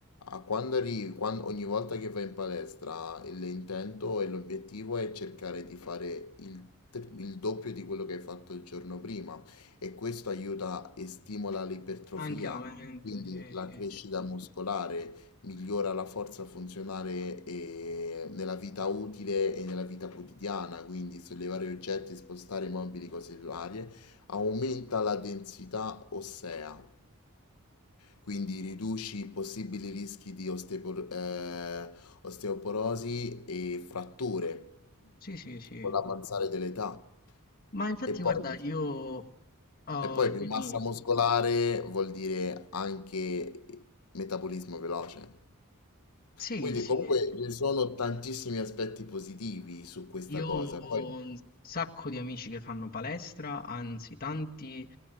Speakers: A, on the left; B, on the left.
A: a quando arrivi, quan- ogni volta che vai in palestra il- l'intento e l'obiettivo è cercare di fare il tri- il doppio di quello che hai fatto il giorno prima e questo aiuta e stimola l'ipertrofia
B: Anche la mente,
A: quindi
B: sì,
A: la
B: sì,
A: crescita
B: sì.
A: muscolare migliora la forza funzionale eh, nella vita utile e nella vita quotidiana, quindi sollevare oggetti, spostare mobili, cose varie, aumenta la densità ossea. Quindi riduci i possibili rischi di osteopor- eh, osteoporosi e fratture
B: Sì, sì, sì.
A: con l'avanzare dell'età.
B: Ma infatti,
A: E poi,
B: guarda, io... oh,
A: e poi più
B: mi-
A: massa
B: mi-
A: muscolare vuol dire anche metabolismo veloce.
B: sì,
A: Quindi
B: sì.
A: comunque ci sono tantissimi aspetti positivi su questa
B: Io
A: cosa.
B: ho
A: Poi,
B: un sacco di amici che fanno palestra, anzi tanti,